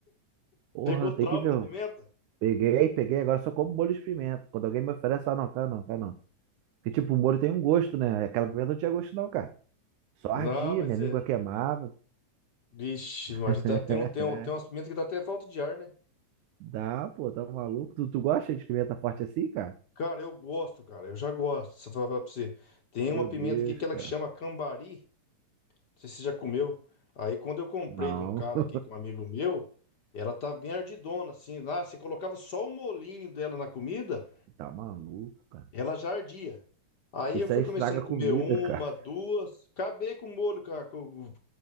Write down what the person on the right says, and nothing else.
Porra,
eu
tenho que ver.
Eu
Peguei, peguei, agora só como molho de pimenta. Quando alguém me oferece, fala, não, cara, não, cara, não. Porque, tipo, o molho tem um gosto, né? Aquela pimenta não tinha gosto, não, cara. Só ardia,
minha língua
queimava.
<laughs>
Dá, pô, tá maluco? Tu, tu gosta de pimenta forte assim, cara?
Meu
Deus,
cara.
Não,
<laughs>
tá maluco, cara.
Isso
aí estraga
a
comida,
cara.